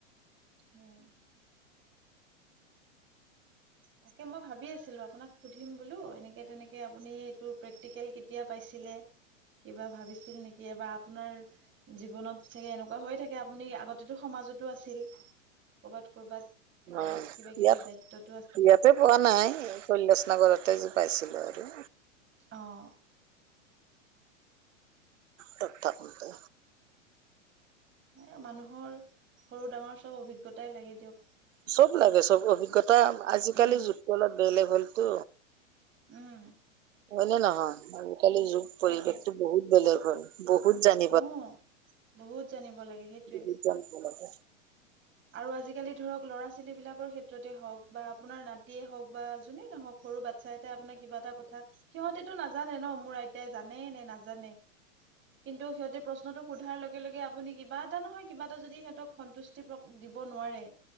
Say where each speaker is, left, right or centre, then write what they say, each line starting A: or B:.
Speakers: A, on the right; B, on the right.
A: উম তাকে মই ভাবি আছিলো আপোনাক সুধিম বোলো এনেকে তেনেকে আপুনি তো প্ৰেক্টিকেল কেতিয়া পাইছিলে কিবা ভাবিছিল নিকি এবাৰ আপোনাৰ জীৱনত চাগে এনেকুৱা হৈয়ে থাকে আপুনি আগতেতো সমাজতো আছিল। কবাত কৰ'বাত এইবিলাক
B: অ',
A: কিবা কিবি
B: ইয়াত
A: দায়িত্বতো আছে
B: ইয়াতে পোৱা নাই কৈলাসনগৰতে যি পাইছিলো আৰু
A: অঁ
B: তাত থাকোতে
A: এ মানুহৰ সৰু ডাঙৰ চব অভিজ্ঞতাই লাগে দিয়ক।
B: চব লাগে চব অভিজ্ঞতা আজিকালি
A: উম
B: যুগটো অলপ বেলেগ হলতো,
A: উম
B: হয় নে নহয় আজিকালি যোগ
A: তাকে
B: পৰিৱেশটো বহুত বেলেগ হ'ল বহুত জানি
A: অ বহুত জানিব লাগে সেইটোয়ে
B: বহুত জানিব লাগে
A: আৰু আজিকালি ধৰক ল'ৰা ছোৱালী বিলাকৰ ক্ষেত্ৰতে হওক বা আপোনাৰ নাতিয়ে হওক বা যোনে নহওক সৰু বাচ্ছা এটাই আপোনাক কিবা এটা কথা সিহঁতেতো নাজানে ন মোৰ আইতাই জানে নে নাজানে কিন্তু সিহঁতে প্ৰশ্নটো সোধাৰ লগে লগে আপুনি কিবা এটা নহয় কিবা এটা যদি সিহঁতক সন্তুষ্টি দিব নোৱাৰে